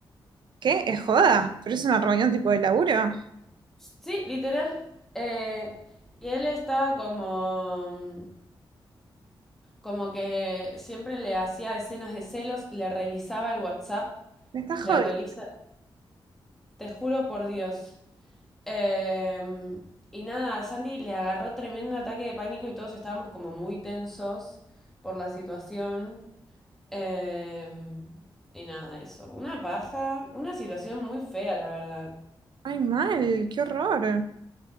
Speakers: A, on the right; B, in the centre.
A: ¿qué? ¿Es joda? ¿Pero es una reunión tipo de laburo?
B: Sí, literal. Eh, y él estaba como, como que siempre le hacía escenas de celos, le revisaba el WhatsApp,
A: Me estás
B: le
A: jodiendo.
B: revisa, te juro por Dios. Eh, y nada, a Santi le agarró tremendo ataque de pánico y todos estábamos como muy tensos por la situación. Eh, y nada, eso. Una paja, una situación muy fea, la verdad.
A: Ay, mal, qué horror.